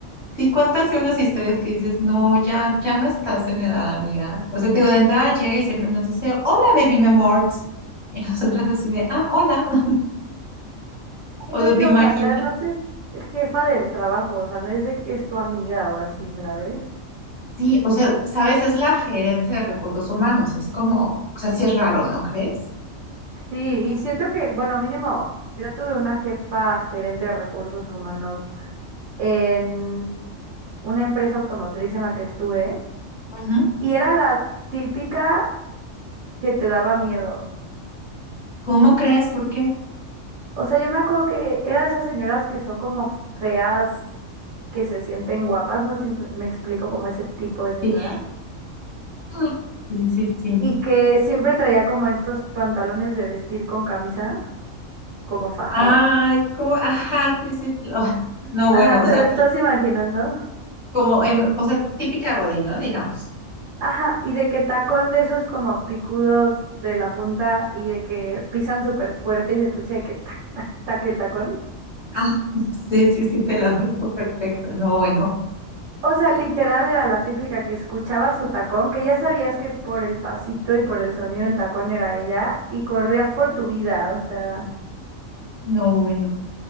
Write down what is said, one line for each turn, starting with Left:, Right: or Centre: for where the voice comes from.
Left: sí cuentas unas historias que dices, no, ya, ya no estás en edad, amiga. O sea, te digo, de entrada llega y siempre nos dice, hola, baby, mi amor. <laughs> Y nosotras así de, ah, hola. <laughs>
Right: Ay,
Left: O
Right: no,
Left: sea,
Right: qué
Left: ¿te
Right: onda.
Left: imaginas?
Right: Y además es jefa del trabajo, o sea, no es de que es tu amiga o así, ¿sabes?
Left: Sí, o sea, sabes, es la gerente de recursos humanos, es como, o sea, sí es raro, ¿no crees?
Right: Sí, y siento que, bueno, mínimo, yo tuve una jefa gerente de recursos humanos en una empresa automotriz en la que estuve
Left: Ujú.
Right: y era la típica que te daba miedo.
Left: ¿Cómo crees? ¿Por qué?
Right: O sea, yo me acuerdo que era de esas señoras que son como feas, que se sienten guapas, no sé si me me explico como ese tipo de señora,
Left: Sí, Ah, sí, sí. sí.
Right: y que siempre traía como estos pantalones de vestir con camisa, como fajada.
Left: Ay, como, <laughs> ajá, sí, sí. lo- no,
Right: Ajá,
Left: bueno, o
Right: ¿te
Left: sea,
Right: lo estás imaginando?
Left: como en, o sea, típica Godín, ¿no? Digamos.
Right: Ajá, y de que tacón de esos como picudos de la punta y de que pisan súper fuerte y se escucha de que tac, tac, tac el tacón.
Left: Ah, <laughs> sí, sí, sí, te lo digo perfecto. No, bueno,
Right: O sea, literal era la típica que escuchaba su tacón, que ya sabías que por el pasito y por el sonido del tacón era ella y corrías por tu vida, o sea,
Left: no, bueno.